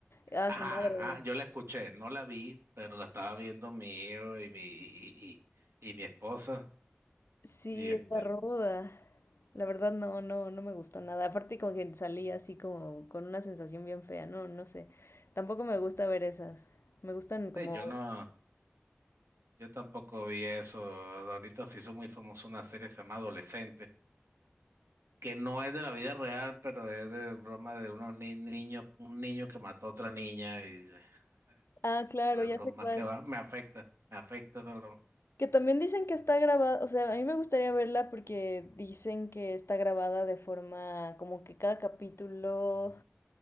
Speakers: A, on the left; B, on the right.
A: a
B: Ajá,
A: su madre.
B: ah, yo la escuché, no la vi, pero la estaba viendo mi hijo y mi, y, y- y mi esposa,
A: Sí,
B: y este,
A: está ruda. La verdad no, no, no me gustó nada. Aparte como que salí así como con una sensación bien fea. No, no sé. Tampoco me gusta ver esas. Me gustan como...
B: eh, yo no, yo tampoco vi eso, ahorita se hizo muy famosa una serie que se llama Adolescente que no es de la vida real, pero es de broma de unos ni- niños, un niño que mató a otra niña y eh,
A: Ah,
B: ese tipo
A: claro,
B: de
A: ya
B: broma
A: sé cuál.
B: que va, me afecta, me afecta esa broma.
A: Que también dicen que está grabada, o sea, a mí me gustaría verla porque dicen que está grabada de forma como que cada capítulo